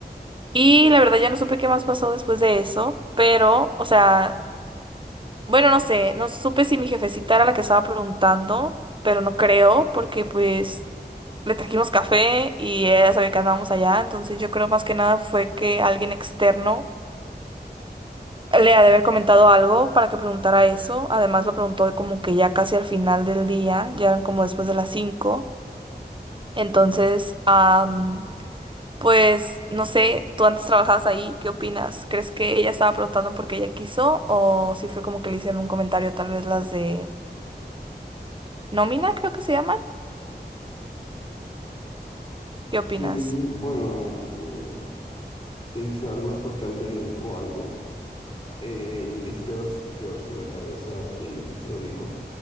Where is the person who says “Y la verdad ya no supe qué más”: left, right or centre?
Right